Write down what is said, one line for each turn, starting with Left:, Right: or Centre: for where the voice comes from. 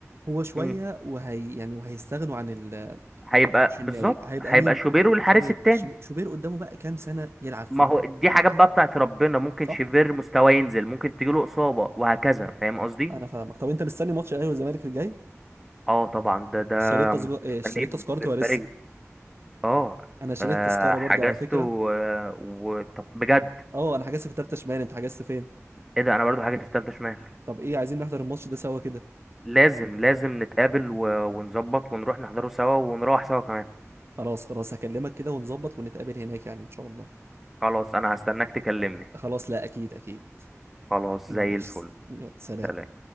Right: هو شوية
Centre: مم.
Right: وهي يعني وهيستغنوا عن ال
Centre: هيبقى
Right: عن شناوي
Centre: بالظبط
Right: هيبقى
Centre: هيبقى
Right: مين
Centre: شوبير والحارس
Right: شوبير
Centre: التاني
Right: شو- شوبير قدامه بقى كام سنة يلعب فيهم
Centre: ما هو دي حاجات بقى بتاعت ربنا ممكن
Right: صح
Centre: شوبير مستواه ينزل ممكن تجيله اصابه وهكذا فاهم قصدي
Right: انا فاهمك طب انت مستني ماتش الاهلي والزمالك الجاي
Centre: اه طبعا ده ده
Right: اشتريت تذكره
Centre: مستنيه
Right: اشتريت تذكرتي
Centre: بالفريق
Right: ولا لسه
Centre: اه
Right: انا اشتريت
Centre: آه،
Right: تذكره
Centre: حجزته
Right: برضو على فكره
Centre: و... و... طب بجد
Right: اه انا حجزت في تالتة شمال انت حجزت فين
Centre: ايه ده انا برضو حاجة في التالتة شمال
Right: طب ايه عايزين نحضر الماتش ده سوا كده
Centre: لازم لازم نتقابل و... ونظبط ونروح نحضره سوا ونروح سوا كمان
Right: خلاص خلاص هكلمك كده ونظبط ونتقابل هناك يعني ان شاء الله
Centre: خلاص انا هستناك تكلمني
Right: خلاص لا اكيد اكيد
Centre: خلاص
Right: ماشي
Centre: زي الفل
Right: يلا سلام
Centre: سلام